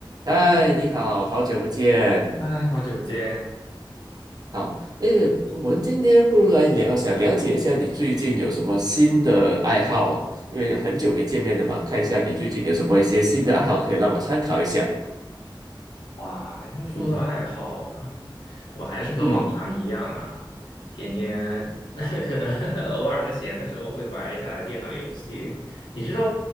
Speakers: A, on the right (about 50°); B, on the left (about 65°).
A: 嗨，你好，好久不见。
B: 嗨，好久不见！
A: 好，诶，我们今天不如来聊，想了解一下你最近有什么新的爱好，因为有很久没见面了嘛，看一下你最近有什么一些新的爱好可以让我参考一下。
B: 哇，要说到爱好啊，
A: 嗯
B: 我还是和往常一样啊，
A: 嗯
B: 天天 <laughs> 可能 <laughs> 偶尔在闲的时候会玩一下电脑游戏。你知道，